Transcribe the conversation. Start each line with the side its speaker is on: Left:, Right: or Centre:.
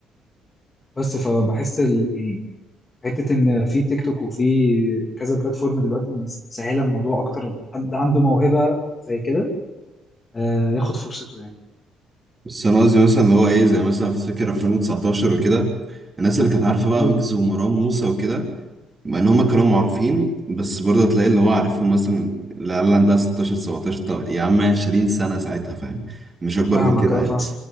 Left: بس فبحس ال... يعني حتة ان في تيك توك وفي كذا بلاتفورم دلوقتي مسهلة الموضوع اكتر حد عنده موهبة زي كده آه ياخد فرصته يعني
Right: بس انا قصدي مثلا اللي هو ايه زي مثلا في فكر 2019 وكده الناس اللي كانت عارفه بقى
Left: مم.
Right: ويجز ومروان موسى وكده مع ان هما كانوا معروفين بس برضه تلاقي اللي هو عارفهم مثلا العيال عندها 16 17 طب يا عم 20 سنه ساعتها فاهم مش اكبر
Left: فاهمك
Right: من كده
Left: اه
Right: يعني
Left: فاهم